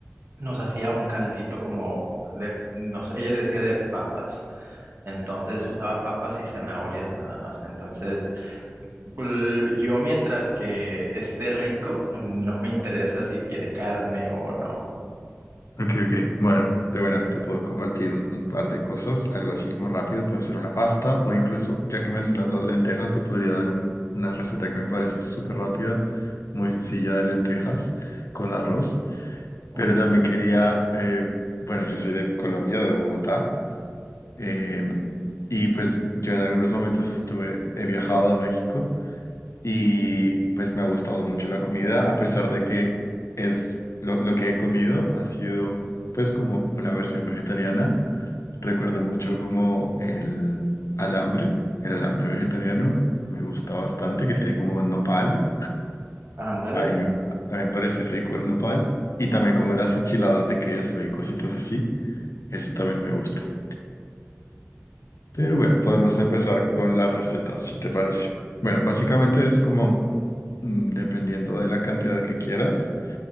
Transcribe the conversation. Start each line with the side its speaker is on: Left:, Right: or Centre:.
Right: Nos hacía un caldito como de, nos, ella le decía de papas, entonces usaba papas y zanahorias nada más. Entonces, l- yo mientras que esté rico, no me interesa si tiene carne o no.
Left: Ok, ok. Bueno, de buena te puedo compartir un, un par de cosas, algo así como rápido, puede ser una pasta o incluso, ya que mencionas las lentejas, te podría dar un- una receta que me parece súper rápida, muy sencilla de lentejas con arroz. Pero
Right: Oh,
Left: también quería, eh, bueno, yo soy de Colombia, de Bogotá, eh, y pues yo en algunos momentos estuve, he viajado a México. Y pues me ha gustado mucho la comida, a pesar de que es lo, lo que he comido ha sido pues como una versión vegetariana. Recuerdo mucho como el alambre, el alambre vegetariano, me gusta bastante, que tiene como nopal.
Right: ándale.
Left: A mí, me- a mí me parece rico el nopal. Y también como las enchiladas de queso y cositas así, eso también me gusta. Pero bueno, podemos empezar con la receta, si te parece. Bueno, básicamente es como, mm, dependiendo de la cantidad que quieras,